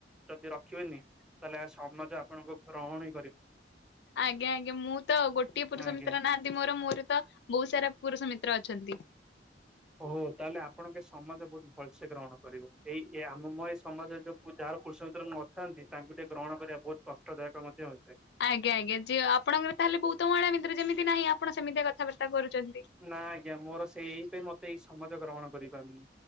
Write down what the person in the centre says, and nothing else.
ଯଦି ରଖିବେନି ତାହେଲେ ସମାଜ ଆପଣଙ୍କ ରହଣି
ଆଜ୍ଞା
ଓ ତାହେଲେ ଆପଣଙ୍କ ସମାଜ ବହୁତ ଭଲସେ ଗ୍ରହଣ କରିବ। ଏଇ କେ ଆମ ମ ଏଇ ସମାଜରେ ଯୋଉ ପୂଜା ଯାହାର ପୁରୁଷ ମିତ୍ର ନଥାନ୍ତି, ତାଙ୍କୁ ଟିକେ ଗ୍ରହଣ କରିବା ବହୁତ କଷ୍ଟଦାୟକ ମଧ୍ୟ। ହୋଇଥାଏ।
ନା ଆଜ୍ଞା ମୋର ସେଇ ଏଇ ପାଇଁ ମତେ ଏଇ ସମାଜ ଗ୍ରହଣ କରିପାରୁନି।